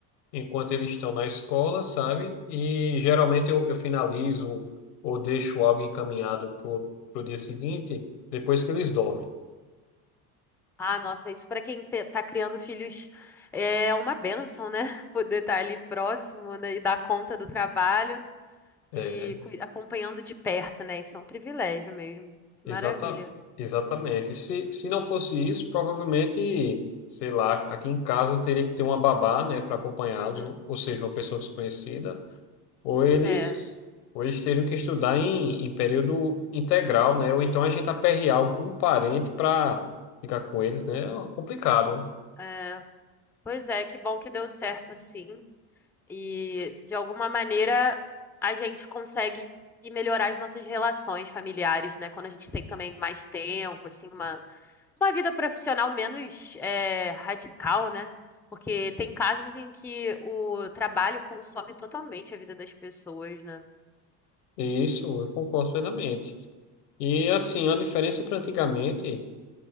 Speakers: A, on the left; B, in the centre.
A: enquanto eles estão na escola, sabe? E geralmente eu, eu finalizo ou deixo algo encaminhado pro, pro dia seguinte, depois que eles dormem.
B: Ah, nossa, isso para quem te- tá criando filhos é uma bênção, né? <laughs> Poder estar ali próximo, né? E dar conta do trabalho
A: É,
B: e cui- acompanhando de perto, né? Isso é um privilégio mesmo. Que
A: exata,
B: maravilha.
A: exatamente. Se, se não fosse isso, provavelmente, sei lá, aqui em casa teria que ter uma babá, né, para acompanhá-los,
B: Uhum.
A: ou seja, uma pessoa desconhecida. Ou
B: Certo.
A: eles, ou eles teriam que estudar em, em período integral, né? Ou então a gente aperrear algum parente para ficar com eles, né? É complicado.
B: É, pois é, que bom que deu certo assim. E de alguma maneira a gente consegue melhorar as nossas relações familiares, né? Quando a gente tem também mais tempo, assim, uma uma vida profissional menos é, radical, né? Porque tem casos em que o trabalho consome totalmente a vida das pessoas, né?
A: Isso, eu concordo plenamente. E assim, a diferença para antigamente,